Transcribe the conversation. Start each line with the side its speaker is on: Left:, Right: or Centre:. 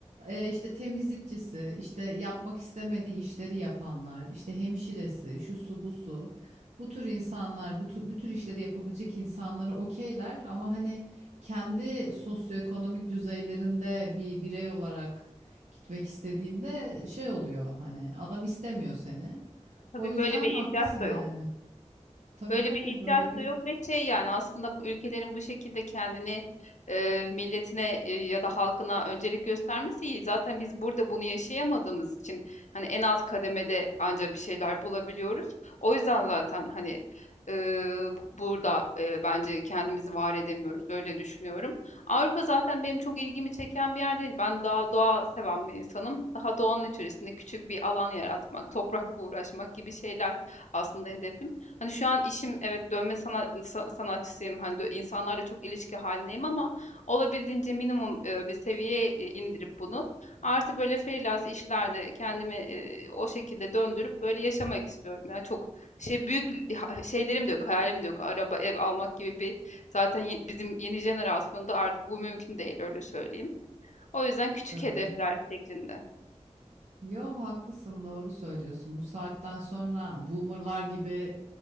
Right: E, işte temizlikçisi, işte yapmak istemediği işleri yapanlar, işte hemşiresi, şu su bu su. Bu tür insanlar, bu tür, bu tür işleri yapabilecek insanlara okeyler ama hani kendi sosyoekonomik düzeylerinde bir birey olarak gitmek istediğinde şey oluyor hani adam istemiyor seni.
Left: Tabii
Right: O yüzden
Left: böyle bir
Right: haklısın
Left: ihtiyaç da
Right: yani.
Left: yok.
Right: Tabii
Left: Böyle
Right: tabii
Left: bir ihtiyaç
Right: böyle bir
Left: da yok ve şey yani aslında bu ülkelerin bu şekilde kendini e, milletine e, ya da halkına öncelik göstermesi iyi. Zaten biz burada bunu yaşayamadığımız için hani en alt kademede anca bir şeyler bulabiliyoruz. O yüzden zaten hani e, bu- burada e, bence kendimizi var edemiyoruz öyle düşünüyorum. Avrupa zaten benim çok ilgimi çeken bir yer değil. Ben daha doğa seven bir insanım. Daha doğanın içerisinde küçük bir alan yaratmak, toprakla uğraşmak gibi şeyler aslında hedefim. Hani şu an işim evet dövme sana- sa- sanatçısıyım. Hani dö- insanlarla çok ilişki halindeyim ama olabildiğince minimum e, bir seviyeye e, indirip bunu
Right: Hı
Left: artı
Right: hı.
Left: böyle freelance işlerde kendimi e, o şekilde döndürüp böyle yaşamak istiyorum. Yani çok şey büyük l- ha- şeylerim de yok, hayalim de yok. Araba, ev almak gibi bir zaten ye- bizim yeni jenerasyonda artık bu mümkün değil öyle söyleyeyim. O yüzden küçük
Right: tabii
Left: hedefler
Right: canım.
Left: şeklinde.
Right: Yok haklısın doğru söylüyorsun. Bu saatten sonra boomerlar gibi